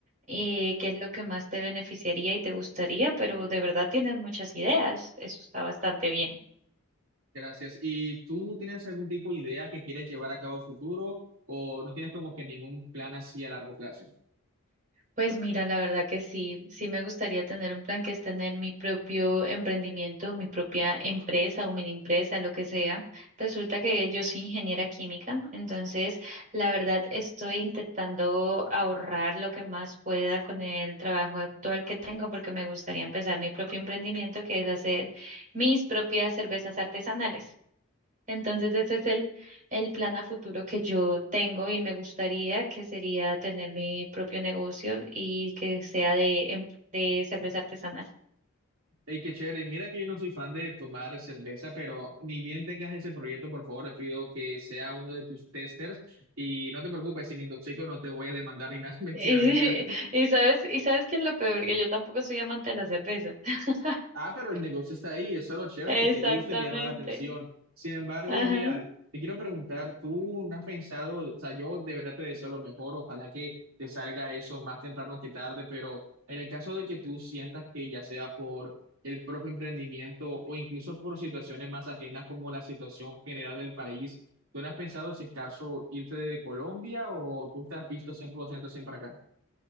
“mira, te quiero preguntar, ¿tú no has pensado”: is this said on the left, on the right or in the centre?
Right